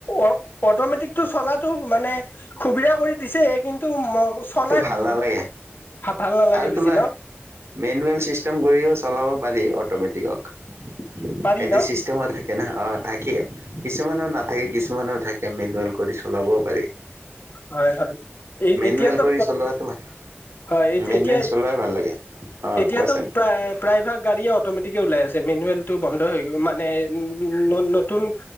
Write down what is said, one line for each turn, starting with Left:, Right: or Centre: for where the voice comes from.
Left: অ' অটমেটিক চলা হোৱাটো মানে সুবিধা কৰি দিছে কিন্তু কিন্তু চলাই
Right: ভাল
Left: উ,
Right: নালাগে
Left: ভাল নালাগে
Right: আৰু তোমাৰ
Left: বেছি ন'?
Right: মেনুৱেল চিষ্টম কৰিও চলাব পাৰি অটমেটিকক। সেইটো
Left: পাৰি ন
Right: চিষ্টেমও থাকি অ' থাকে কিছুমানৰ নাথাকে কিছুমানৰ থাকে, মেনুৱেল কৰি চলাবও পাৰি।
Left: হয় হয়। এ,
Right: মেনুৱেল
Left: এতিয়াতো
Right: কৰি চলোৱাটো ভাল,
Left: হয় এতি
Right: মেনুৱেল
Left: এতিয়া
Right: চলাই ভাল লাগে অ
Left: এতিয়াতো
Right: কোৱাচোন
Left: প্ৰায় প্ৰায় ভাগ গাড়ীয়ে অটমেটিকে ওলাই আছে। মেনুৱেল বন্ধ হৈ গ মান মানে উ, নতুন